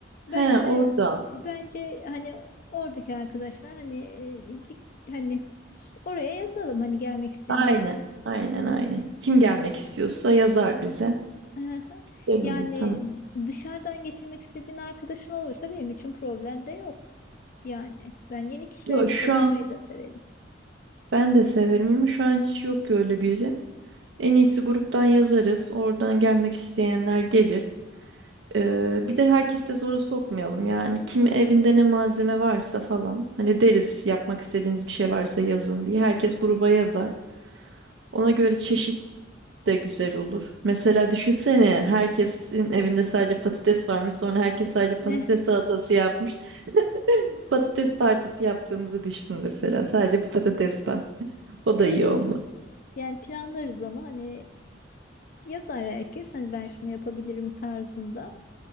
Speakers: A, on the left (about 50°); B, on the right (about 70°).
A: Bence
B: He, orada.
A: bence hani oradaki arkadaşlar hani e, git- hani s- oraya yazalım hani gelmek isteyenler.
B: Aynen. Aynen aynen. Kim gelmek istiyorsa yazar bize.
A: Aha.
B: Güzel
A: Yani
B: olur, tamam.
A: dışarıdan getirmek istediğin arkadaşın olursa benim için problem de yok. Yani ben yeni kişilerle
B: Yok, şu
A: tanışmayı
B: an
A: da severim.
B: Ben de severim ama şu an hiç yok ki öyle biri. En iyisi gruptan yazarız. Oradan gelmek isteyenler gelir. Ee, bir de herkes de zora sokmayalım yani. Kim evinde ne malzeme varsa falan. Hani deriz yapmak istediğiniz bir şey varsa yazın diye. Herkes gruba yazar. Ona göre çeşit de güzel olur. Mesela düşünsene herkesin evinde sadece patates varmış. Sonra herkes sadece patates
A: Ne?
B: salatası yapmış. <laughs> Patates partisi yaptığımızı düşün mesela.
A: <laughs>
B: Sadece patates var. O
A: Evet.
B: da iyi olmaz.
A: Yani planlarız onu hani e, yazar herkes hani ben şunu yapabilirim tarzında.